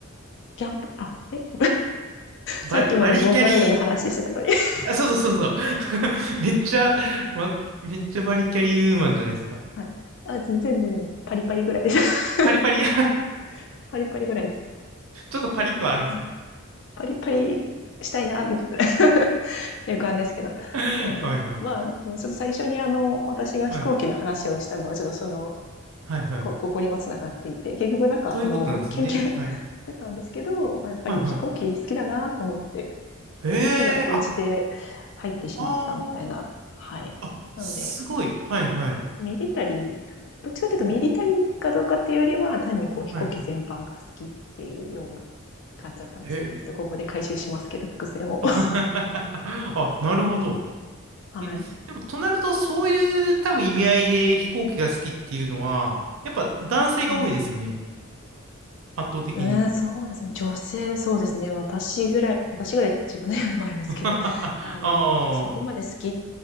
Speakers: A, on the left (about 60°); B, on the right (about 70°).
A: キャンプ、あ、え、
B: バ、
A: さっきまでボーカロイドの話してたのに。
B: バリキャリ
A: <laughs>
B: あ、そうそうそうそう。<laughs> めっちゃ、ま、めっちゃバリキャリーウーマンじゃないですか。
A: はい。あ、全然全然、パリパリぐらいです。
B: パリパリ <laughs> ち
A: <laughs> パリパリぐらいです。
B: ょっとパリッとはあるんですね。
A: あ、パリパリしたいな、みたいな <laughs> っていう感じですけど。
B: <laughs>
A: そうですね。
B: はいはい。
A: まあ、でもちょっと最初にあの、私が飛行機の話をしたのは、
B: はい。
A: ちょっとその、
B: はいはい。
A: こ、ここにも繋がっていて、結局なんか、
B: ということなんですね。
A: あの、研究し
B: はい。
A: てたんですけど、やっぱり飛行機好きだなと思って、
B: はいはい。へえ、
A: 好きが高じて入ってしまったみたいな、
B: あ、あー、
A: はい。
B: あ、
A: なので、
B: すごい。はいはい。
A: うん。ミリタリー、どっちかというとミリタリーかどうかっていうよりは、
B: うん。
A: 単にこう飛行機全般が好きっていうような
B: はい。
A: 感じだったんですね。
B: へえ。
A: ちょっとここで回収しますけど、伏線を。
B: <laughs>
A: <laughs>
B: あ、なるほど。
A: はい。
B: え、でも、となると、そういう多分意味合いで飛行機が好きっていうのは、やっぱ男性が多いですよね。
A: うん。
B: 圧倒的に。
A: うん、そうですね。女性、そうですね。私ぐらい、私ぐらいって自分で言うのもあれですけど、
B: <laughs>
A: あの、
B: ああ、
A: そこまで好きっ